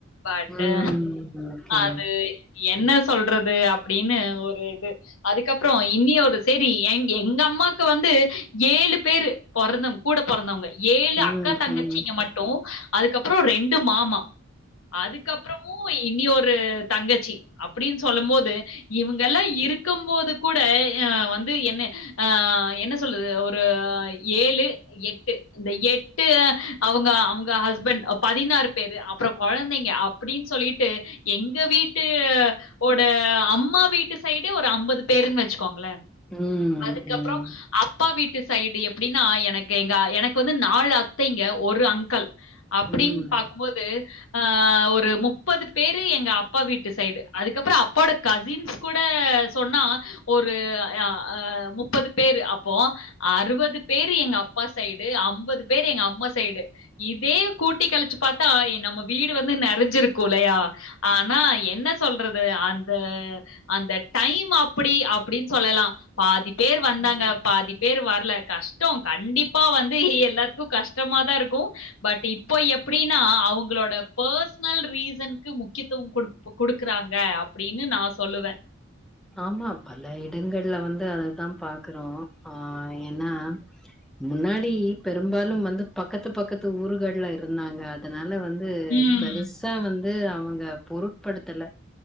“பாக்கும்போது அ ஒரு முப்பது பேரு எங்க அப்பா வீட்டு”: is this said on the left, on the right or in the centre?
Left